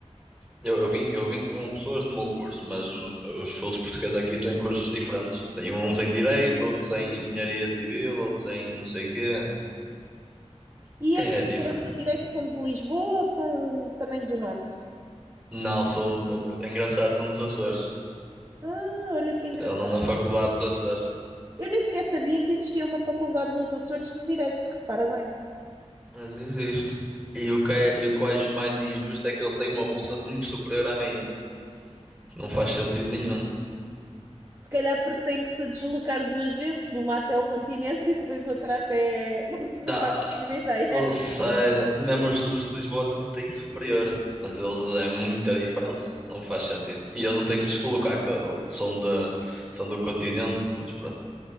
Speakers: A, in the centre; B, on the right.
A: Eu, eu vim, eu vim com pessoas do meu curso, mas os, os outros portugueses aqui estão em cursos diferentes. Tem uns em Direito, outros em Engenharia Civil, outros em não sei o quê.
B: E
A: É
B: esses que
A: diferente.
B: foram de direito são de Lisboa ou são também do Norte?
A: Não, são, é engraçado, são dos Açores.
B: Ah, olha que engraçado.
A: Eu ando na faculdade dos Açores.
B: Eu nem sequer sabia que existia uma faculdade nos Açores de Direito, repara bem.
A: Mas existe. E o que é, e o que eu acho mais injusto é que eles têm uma bolsa muito superior à minha. Não faz sentido nenhum.
B: Se calhar porque tem que se deslocar duas vezes, uma até ao continente e depois outra até. <laughs> Não,
A: Dá,
B: não faço a mínima ideia.
A: não sei, mesmo os, os de Lisboa também têm superior, mas eles é muita diferença, não faz sentido. E eles não têm que se colocar, que são, da são do continente, mas pronto,